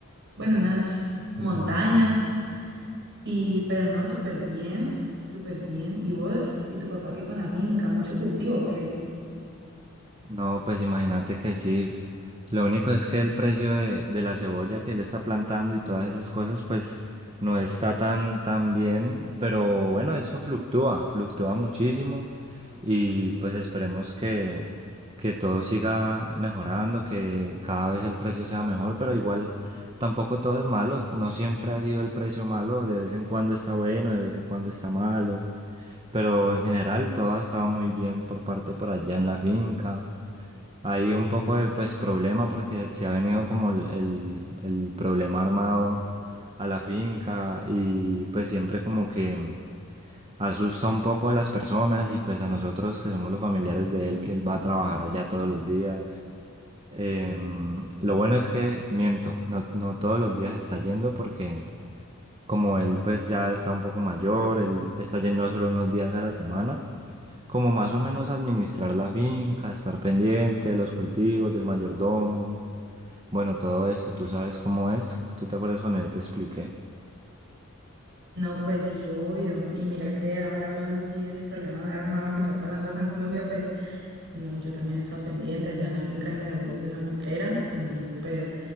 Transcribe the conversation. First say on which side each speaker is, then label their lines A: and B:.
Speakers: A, on the right; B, on the right.
A: bueno, unas Alcan- montañas. Y, pero no, súper bien, súper bien. ¿Y vos? ¿Y tu papá qué con la finca? ¿Mucho cultivo o qué?
B: No, pues imagínate que sí. Lo único es que el precio de, de la cebolla que él está plantando y todas esas cosas, pues no está tan, tan bien. Pero bueno, eso fluctúa, fluctúa muchísimo. Y pues esperemos que, que todo siga mejorando, que cada vez el precio sea mejor. Pero igual tampoco todo es malo. No siempre ha sido el precio malo. De vez en cuando está bueno, de vez en cuando está malo. Pero en general todo ha estado muy bien por parte por allá en la finca. Hay un poco de pues problema porque se ha venido como el, el, el problema armado a la finca y pues siempre como que asusta un poco a las personas y pues a nosotros que somos los familiares de él, que él va a trabajar allá todos los días. Em, lo bueno es que, miento, no, no todos los días está yendo porque como él pues ya está un poco mayor, él está yendo solo unos días a la semana como más o menos administrar la finca, estar pendiente de los cultivos, del mayordomo. Bueno, todo esto, tú sabes cómo es. ¿Tú te acuerdas cuando yo te expliqué?
A: No, pues sí, obvio. Y mira que ahora hablando así de ese problema armado que está pasando acá en Colombia, pues no, yo también he estado pendiente allá en la finca de mis abuelos en la Buitrera, también súper